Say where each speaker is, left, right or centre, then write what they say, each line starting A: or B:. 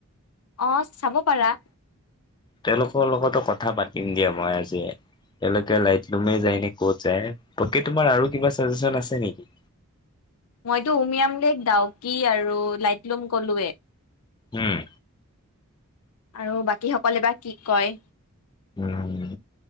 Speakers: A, on the left; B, on the left.
A: অ' চাব পাৰা।
B: তেওঁলোকৰ লগতো কথা পাতিম দিয়া মই আজি তেওঁলোকে লাইটলুমে যায় নে ক'ত যায়। বাকী তোমাৰ আৰু কিবা চাজেচন আছে নেকি?
A: মইতো উমিয়াম লেক ডাউকি আৰু লাই লুম কলোৱে
B: উম।
A: আৰু বাকী সকলে বা কি কয়।
B: উম,